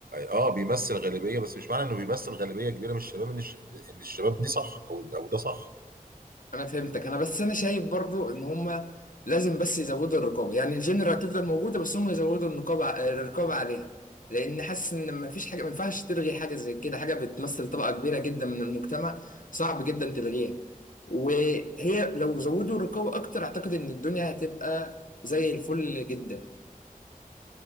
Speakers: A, on the right (about 85°); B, on the left (about 65°).
A: اه بيمثل غالبيه بس مش معنى انه بيمثل غالبيه كبيره من الشباب ان الش- ان الشباب دي صح او او ده صح
B: انا فهمتك انا بس انا شايف برضو ان هم لازم بس يزودوا الرقابه يعني الجنرال هتفضل موجوده بس هم يزودوا النقابه الرقابه عليها لان حاسس ان ما فيش حاجه ما ينفعش تلغي حاجه زي كده حاجه بتمثل طبقه كبيره جدا من المجتمع صعب جدا تلغيها وهي لو زودوا الرقابه اكتر اعتقد ان الدنيا هتبقى زي الفل جدا